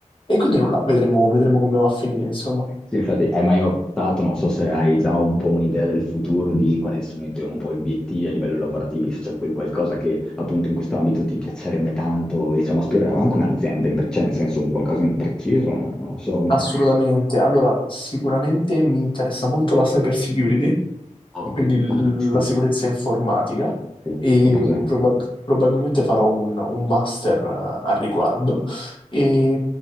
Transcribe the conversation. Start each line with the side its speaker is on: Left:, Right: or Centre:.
Left: e quindi nulla, vedremo, vedremo come va a finire, insomma.
Centre: Sì, infatti, hai mai optato, non so se hai già un po' un'idea del futuro, di quali sono i tuoi un po' obiettivi a livello lavorativo, se c'è quel qualcosa che appunto in questo ambito ti piacerebbe tanto, diciamo, aspirare anche un'azienda, in pre- cioè nel senso un qualcosa in preciso, non so, un...
Left: Assolutamente. Allora, sicuramente mi interessa molto la cyber security,
Centre: Oh,
Left: quindi l-
Centre: fantastico,
Left: la sicurezza informatica,
Centre: sì,
Left: e
Centre: ho preso-
Left: probab- probabilmente farò un, un master eh, al riguardo. E,